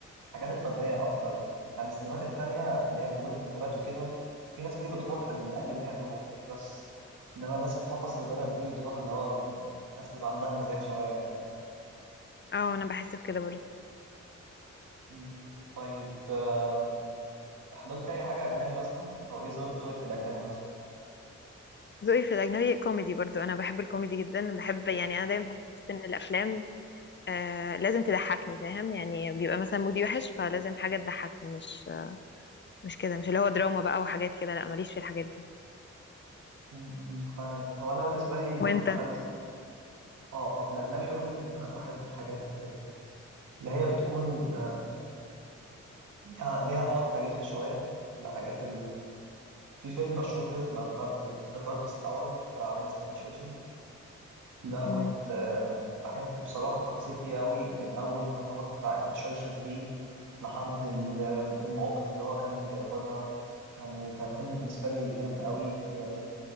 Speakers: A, on the right; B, on the left.
A: الحاجات الفنية أكتر يعني السينمات التانية اللي هي موجودة في المولات وكده في ناس كتير بتروح لأجل إن هي تروح بس إنما الناس بتروح وسط البلد دي بتروح اللي هو ناس بيبقى عندها مزاج شوية
B: اه انا بحس بكده برضه
A: مم. طيب آم، حضرت أي حاجة أجنبي مثلا أو إيه ذو- ذوقك في الأجنبي مثلا؟
B: ذوقي في الاجنبي كوميدي برضه انا بحب الكوميدي جدا بحب يعني انا دايما بحس ان الافلام آه لازم تضحكني فاهم يعني بيبقى مثلا مودي وحش فلازم حاجة تضحكني مش مش كده مش اللي هو دراما بقى وحاجات كده لا ماليش في الحاجات دي
A: مم، مم، فاهمك هو أنا بالنسبة لي كنت
B: وانت
A: بحب آه آه في الأجنبي بقول لك إن أنا بحب الحاجات اللي هي بتكون آه، ليها ليها بعد تاريخي شوية الحاجات في فيلم مشهور كده اسمه ذا داركست اور بتاع وينستون تشرشل ده
B: مم.
A: كنت آه، بحب بصراحة التفاصيل فيه قوي من أول الخطوات بتاعة تشرشل فيه لحد ال- آه، المواقف اللي هو كان بياخدها يعني كان فيلم بالنسبة لي جامد قوي آه،